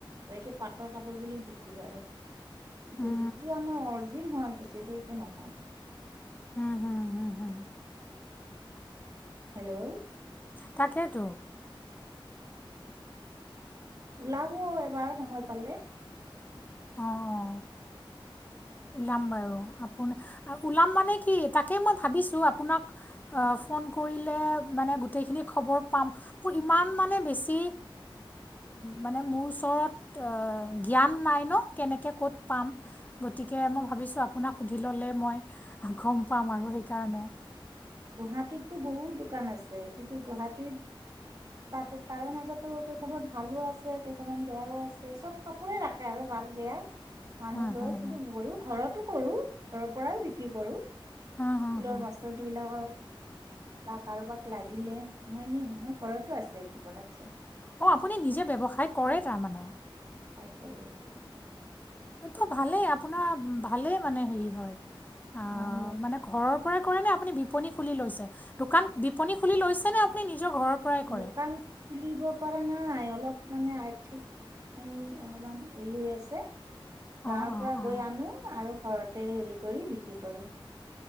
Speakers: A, on the right; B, on the left.
A: তকে পাটৰ কাপোৰ বুলি বিক্ৰী কৰে।
B: অঁ
A: যিটো আমাৰ অৰিজিন শুৱালকুছিৰ সেইটো নহয়।
B: উম, হম, হম, হম।
A: হেল্ল'।
B: তাকেইেতো।
A: ওলাব এবাৰ সময় পালে।
B: অ', অ',। ওলাম বাৰু, আপুনি ওলাম মানে কি? তাকে মই ভাবিছোঁ, আপোনাক ফোন কৰিলে মানে গোটেইখিনি খবৰ পাম। ইমান মানে বেছি মানে মোৰ ওচৰত জ্ঞান নাই ন তো কেনেকে ক'ত কি পাম গতিকে গতিকে মই ভাবিছোঁ আপোনাক সুধি ল'লেই মই গম পাম আৰু সেইকাৰণে
A: গুৱাহাটীততো বহুত দোকান আছে কিন্তু গুৱাহাটীত তাতে তাৰে মাজতো কেইখনমান ভালো আছে কেইখনমান বেয়াও আছে চব কাপোৰে ৰাখে আৰু ভাল বেয়া মানুহ
B: হা
A: লয়,
B: হা
A: কিন্তু
B: হা
A: মইও ঘৰত কৰো ঘৰৰ পৰাই বিক্ৰী কৰোঁ
B: হা
A: স্কুলৰ
B: হা হা।
A: মাষ্টাৰ তিনি বা কাৰোবাক লাগিলে মই নিওঁ মোৰ ঘৰতো আছে এইটো প্ৰডাকচন।
B: অ', আপুনি নিজে ব্যৱসায় কৰে তাৰমানে।
A: আৰু এইটো
B: এইটো ভালেই আপোনাৰ ভালে মানে হেৰি হয়।
A: উম।
B: অ', মানে ঘৰৰ পৰাই কৰে নে আপুনি বিপণী খুলি লৈছে, দোকান বিপনী খুলি লৈছে নে আপুনি নিজৰ ঘৰৰ পৰাই কৰে
A: দোকান খুলিব পৰা নাই অলপ মানে আৰ্থিক হেই অলপমান হেৰি হৈ আছে গাঁৱৰ
B: অঁ অঁ
A: পৰা
B: অঁ
A: গৈ আনো আৰু ঘৰতে হেৰি কৰি বিক্ৰী কৰোঁ।